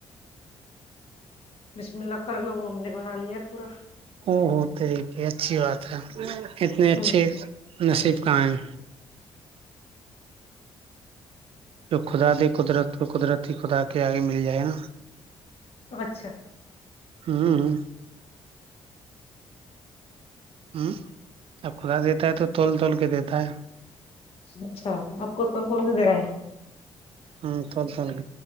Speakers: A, on the left; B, on the right.
A: بسم اللہ کر لو وہ ہم نے بنا لیا ہے پورا
B: او ہو طریقے اچھی بات ہے اتنے
A: ہمم
B: اچھے نصیب کہاں ہے جو خدا د قدرت کو قدرتی خدا کے آگے مل جائے نا
A: اچھا
B: ہوں ہ ہ اب خدا دیتا ہے تو توول تول کے دیتا ہے
A: اچھا آپ کو کون کون س دیرا ہے
B: ہ توول گ